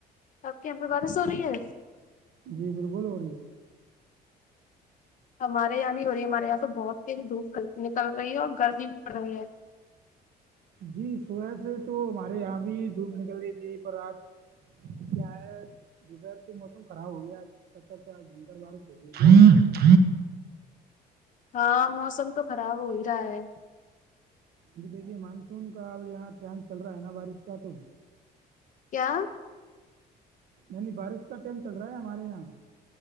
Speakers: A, on the left; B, on the right.
A: آپ کے یہاں پہ بارش ہو رہی ہے
B: جی بالکل ہو رہی ہے
A: ہمارے یہاں نہیں ہو رہی ہمارے یہاں تو بہت تیزی دھوپ نکل رہی ہے اور گرمی پڑ رہی ہے
B: جی صبح سے تو ہمارے یہاں بھی دھوپ نکل رہی تھی پر آج کیا ہے دوپہر کے موسم خراب ہو گیا چب تک ڈنگر والار تو
A: ہاں موسم تو خراب ہو ہی رہا ہے
B: جی دیکھیے مانسون کا اب یہاں ٹائم چل رہا ہے نا بارش کا تو
A: کیا
B: یعنی بارش کا ٹائم چل رہا ہے ہمارے یہاں